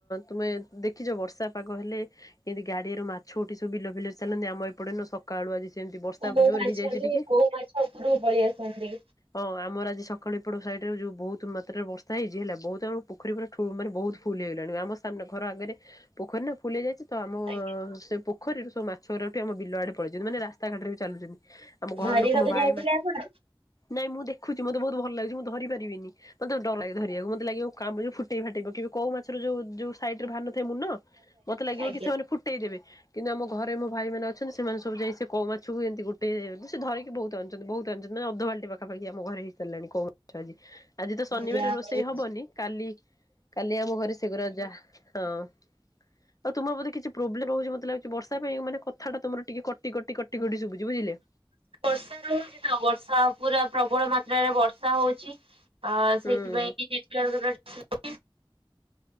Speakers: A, on the left; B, on the right.
A: ତୁମେ ଦେଖିଛ ବର୍ଷା ପାଗ ହେଲେ? କେନ୍ତି ଗାଡିଆରେ ମାଛ ଉଠି ସବୁ ବିଲ ଫିଲରେ ଚାଲନ୍ତି ଆମ ଏପଟେ ନ ସକାଳୁ ଆଜି ସେମିତି ବର୍ଷା
B: କୋଉ
A: ଜୋର
B: ମାଛ
A: ହେଇଯାଇଛି ଟିକେ
B: କୋଉ ମାଛ ଉପରକୁ ପଳେଇଆସନ୍ତି।
A: ହଁ ଆମର ଆଜି ସକାଳେ ଏପଟ ସାଇଡରେ ଯଉ ବହୁତ ମାତ୍ରାରେ ବର୍ଷା ହେଇଛି ହେଲା ବତ ଆମ ପୋଖରି ମାନେ ବହୁତ୍ ଫୁଲ ହେଇଗଲାଣି। ସାମ୍ନା ଘର ଆଗରେ ପୋଖରୀ ନା ଫୁଲ ହେଇଯାଇଛି। ତ ଆମ
B: ଆଜ୍ଞା।
A: ସେ ପୋଖରୀରୁୁ ସବୁ ମାଛ ଉରା ଉଠି ଆମ ବିଲ ଆଡେ ପଳେଇଛନ୍ତି ମାନେ ରାସ୍ତାଘାଟରେ ବି ଚାଲୁଛନ୍ତି। ଆମ
B: ଧରିବାକୁ
A: ଘର ଲୋକ ମୋ ଭାଇ
B: ଯାଇଥିଲେ
A: ମା,
B: ଆପଣ?
A: ନାଇଁ ମୁଁ ଦେଖୁଛି ମତେ ବହୁତ ଭଲ ଲାଗୁଛି ମୁଁ ଧରି ପାରିବିନି। ମତେ ଡର ଲାଗେ ଧରିବାକୁ ମତେ ଲାଗିବ କାମ ଫୁଟେଇ ଫାଟେଇ ପକେଇବେ କୋଉ ମାଛର ଯୋଉ ଯୋଉ ସାଇଡ ରେ ଭାର ନ ଥାଏ ମୁନ। ମତେ ଲାଗିବ
B: ଆଜ୍ଞା
A: କି ସେମାନେ ଫୁଟେଇ ଦେବେ। କିନ୍ତୁ ଆମ ଘରେ ମୋ ଭାଇମାନେ ଅଛନ୍ତି ସେମାନେ ସବୁ ଯାଇ ସେ କଉ ମାଛକୁ ଏମିତି ସେ ଧରିକି ବହୁତ ଅଣିଛନ୍ତି ବହୁତ ଆଣିଛନ୍ତି ନା ଅଧବାଲଟି ପାଖାପାଖି ଆମ ଘରେ ହେଇସାରିଲାଣି କଉ ମାଛ ଆଜି। ଆଜି ତ ଶନିବାର
B: ଯାହା
A: ରୋଷେଇ
B: ହଉ
A: ହବନି କାଲି କାଲି ଆମ ଘରେ ସେଘୁରା ଯା ହଁ। ଆଉ ତୁମ ବୋଧେ କିଛି ପ୍ରୋବ୍ଲେମ ରହୁଛି ମତେ ଲାଗୁଛି ବର୍ଷା ପାଇଁ ମାନେ କଥାଟା ତମର ଟିକେ କଟି କଟି କଟି କଟି ଶୁଭୂଚି ବୁଝିଲେ।
B: ବର୍ଷା ରହୁଚି ତ ବର୍ଷା ପୁରା ପ୍ରବଳ ମାତ୍ରାରେ ବର୍ଷା ହଉଚି। ଅ, ସେଥିପାଇଁ
A: ହୁଁ।
B: <inaudible>